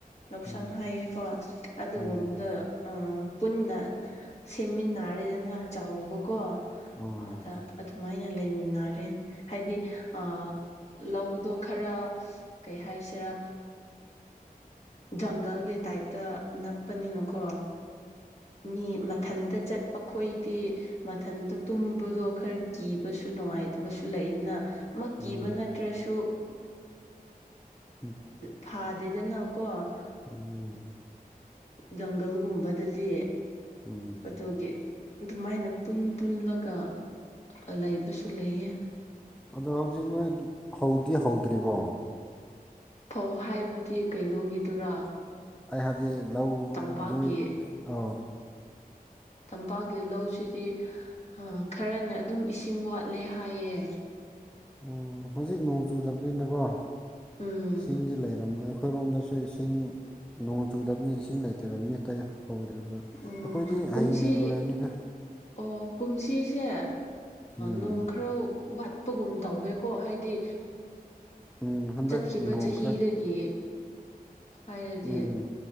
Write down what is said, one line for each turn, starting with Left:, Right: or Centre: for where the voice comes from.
Left: ꯂꯧꯁꯪ
Centre: ꯎꯝ
Left: ꯍꯥꯏꯌꯦꯀꯣ ꯑꯗꯨꯒꯨꯝꯕꯗꯣ
Centre: ꯎꯝ
Left: ꯄꯨꯟꯅ ꯁꯦꯝꯃꯤꯟꯅ ꯅꯥꯔꯦꯗꯅ ꯆꯥꯎꯕꯀꯣ
Centre: ꯑꯣ
Left: ꯑꯗ ꯑꯗꯨꯃꯥꯏꯅ ꯂꯩꯃꯤꯟꯅꯔꯦ ꯍꯥꯏꯗꯤ ꯑ ꯂꯧꯗꯣ ꯈꯔ ꯀꯩ ꯍꯥꯏꯁꯤꯔꯥ ꯖꯪꯒꯜꯒꯤ ꯇꯥꯏꯞꯇ ꯅꯛꯄꯅꯤꯅꯀꯣ ꯃꯤ ꯃꯊꯟꯇ ꯆꯠꯄ ꯈꯣꯏꯗꯤ ꯃꯊꯟꯇ ꯇꯨꯝꯕꯗꯣ ꯈꯔ ꯀꯤꯕꯁꯨ ꯅꯨꯡꯉꯥꯏꯇꯕꯁꯨ ꯂꯩꯅ ꯃ ꯀꯤꯕ
Centre: ꯎꯝ
Left: ꯅꯠꯇ꯭ꯔꯁꯨ
Centre: ꯎꯝ
Left: ꯐꯗꯦꯗꯅꯀꯣ
Centre: ꯎꯝ
Left: ꯖꯪꯒꯜꯒꯨꯝꯕꯗꯗꯤ
Centre: ꯎꯝ
Left: ꯑꯗꯨꯒꯤ ꯑꯗꯨꯃꯥꯏꯅ ꯄꯨꯟ ꯄꯨꯟꯂꯒ ꯂꯩꯕꯁꯨ ꯂꯩꯌꯦ
Centre: ꯑꯗꯣ ꯍꯧꯖꯤꯛ ꯅꯣꯏ ꯍꯧꯗꯤ ꯍꯧꯗ꯭ꯔꯤꯕꯣ
Left: ꯐꯧ ꯍꯥꯏꯕꯗꯤ ꯀꯩꯅꯣꯒꯤꯗꯨꯔꯥ
Centre: ꯑꯩ ꯍꯧꯗꯤꯛ ꯂꯧ
Left: ꯇꯝꯄꯥꯛꯀꯤ
Centre: ꯅꯣꯏ ꯑ
Left: ꯇꯝꯄꯥꯛꯀꯤ ꯂꯧꯁꯤꯗꯤ ꯈꯔꯅ ꯑꯗꯨꯝ ꯏꯁꯤꯡ ꯋꯥꯠꯂꯦ ꯍꯥꯏꯌꯦ
Centre: ꯎ ꯍꯧꯖꯤꯛ ꯅꯣꯡ ꯆꯨꯗꯕꯅꯤꯅꯀꯣ
Left: ꯎꯝ
Centre: ꯏꯁꯤꯡꯗꯤ ꯂꯩꯔꯝꯃꯣꯏ ꯑꯩꯈꯣꯏ ꯑꯩꯈꯣꯏꯔꯣꯝꯗꯁꯨ ꯏꯁꯤꯡ ꯅꯣꯡ ꯆꯨꯗꯕꯅ ꯏꯁꯤꯡ ꯂꯩꯇꯦꯕ ꯃꯤꯠ ꯀꯩ ꯍꯧꯗ꯭ꯔꯤꯕ ꯑꯗꯨꯒ
Left: ꯎꯝ
Centre: ꯑꯩꯈꯣꯏꯗꯤ
Left: ꯀꯨꯝꯁꯤ
Centre: ꯍꯌꯦꯡꯅ ꯂꯣꯏꯔꯅꯤꯗ
Left: ꯑꯣ ꯀꯨꯝꯁꯤꯁꯦ
Centre: ꯎꯝ
Left: ꯅꯣꯡ ꯈꯔ ꯋꯥꯠꯄꯒꯨꯝ ꯇꯧꯋꯦꯀꯣ ꯍꯥꯏꯗꯤ
Centre: ꯎꯝ ꯍꯟꯗꯛ
Left: ꯆꯠꯈꯤꯕ
Centre: ꯅꯣꯡ
Left: ꯆꯍꯤꯗꯒꯤ
Centre: ꯈꯔ
Left: ꯍꯥꯏꯔꯗꯤ
Centre: ꯎꯝ